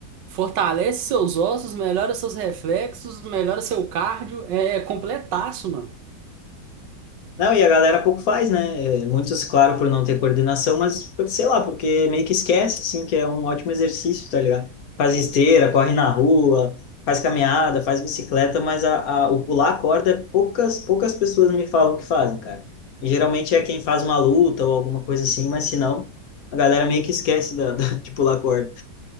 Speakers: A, on the right; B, on the left.
A: Fortalece seus ossos, melhora seus reflexos, melhora seu cardio. É é completaço, mano.
B: Não, e a galera pouco faz, né? É, Muitos, claro, por não ter coordenação, mas por- sei lá, porque meio que esquece, assim, que é um ótimo exercício, tá ligado? Faz esteira, corre na rua, faz caminhada, faz bicicleta, mas a, a- o pular a corda, poucas, poucas pessoas me falam que fazem, cara. E geralmente é quem faz uma luta ou alguma coisa assim, mas se não, a galera meio que esquece da, da- <laughs> de pular a corda.